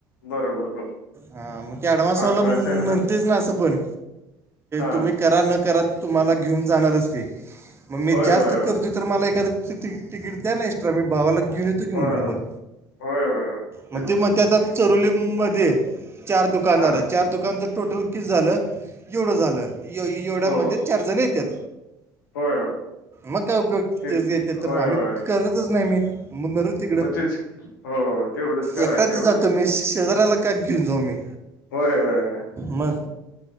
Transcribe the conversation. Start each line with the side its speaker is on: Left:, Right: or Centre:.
Left: बरोबर बरोबर
Right: हा मग ते अऍडवान्सवाला
Left: अठराशे
Right: म्हणतेच
Left: हा नाही.
Right: ना असं पण
Left: हा
Right: तुम्ही करा न करा तुम्हाला घेऊन जाणारच ते मग मी
Left: होय
Right: जास्त
Left: होय
Right: करते तर मला एखा तिकीट द्या ना एक्स्ट्रा मी भावाला घेऊन येतो म्हटलं
Left: होय होय
Right: मग
Left: होय होय होय होय
Right: मग
Left: तेच
Right: ते म ते आता चरोली मध्ये चार दुकानदार
Left: हा
Right: आहे चार दुकान तर टोटल किती झालं एवढं झालं एवढ्यामध्ये
Left: हो
Right: चारजण येतात.
Left: होय होय
Right: मग काय उपयोग
Left: ते
Right: येत तर
Left: होय
Right: आम्ही
Left: होय
Right: करतच नाही मी मग नर तिकडं
Left: मग तेच हो तेवढंच करायच
Right: एकटाच
Left: जेवढं
Right: जातं
Left: आहे
Right: मीस
Left: का
Right: शेजाऱ्याला काग घेऊन जाऊ मी
Left: होय होय होय
Right: मग